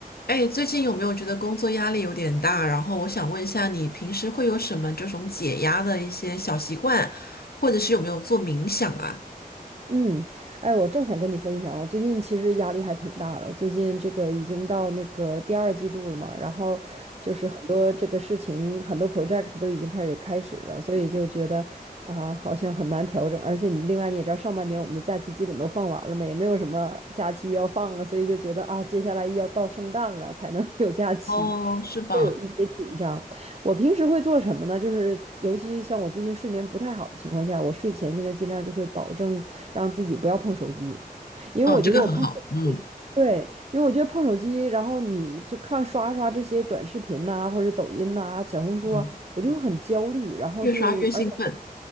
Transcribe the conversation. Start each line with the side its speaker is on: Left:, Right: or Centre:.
Left: 哎，最近有没有觉得工作压力有点大？然后我想问一下，你平时会有什么这种解压的一些小习惯，或者是有没有做冥想啊？
Right: 嗯，哎，我正想跟你分享，我最近其实压力还挺大的。我最近这个已经到那个第二季度了嘛，然后就是很多这个事情，很多 project 都已经开始开始了，所以就觉得啊、好像很难调整。而且你另外你也知道，上半年我们的假期基本都放完了嘛，也没有什么假期要放了，所以就觉得啊，接下来要到圣诞了才能 <laughs> 有假期，
Left: 哦，是吧？
Right: 会有一些紧张。我平时会做什么呢？就是尤其像我最近睡眠不太好的情况下，我睡前现在尽量就会保证让自己不要碰手机，因为我觉得我碰手机对，
Left: 嗯，这个很好。嗯
Right: 因为我觉得碰手机，然后你就看刷刷这些短视频呐、或者是抖音呐、小红书啊，
Left: 嗯，
Right: 我就会很焦虑，然后就而且
Left: 越刷越兴奋。